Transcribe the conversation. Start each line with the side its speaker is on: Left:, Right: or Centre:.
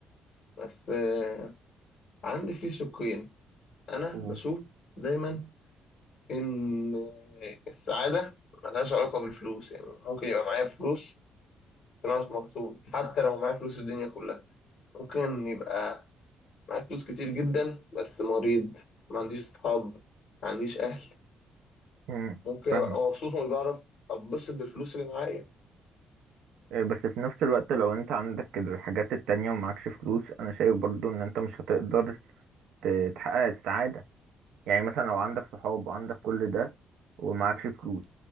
Left: بس آه، عندي فيه شقين انا
Right: و-
Left: بشوف دايما ان آه، السعادة ملهاش علاقة بالفلوس يعني ممكن يبقى معايا فلوس بس انا مش مبسوط حتى لو معايا فلوس الدنيا كلها ممكن يبقى معايا فلوس كتير جدا بس مريض ما عنديش اصحاب ما عنديش اهل
Right: امم
Left: ممكن
Right: فاهمك
Left: ابقى مبسوط ومش بعرف اتبسط بالفلوس اللي معايا
Right: إيه، بس في نفس الوقت لو انت عندك الحاجات التانية ومعكش فلوس انا شايف برضو ان انت مش هتقدر ت- تحقق السعاده يعني مثلا لو عندك صحاب وعندك كل ده ومعكش فلوس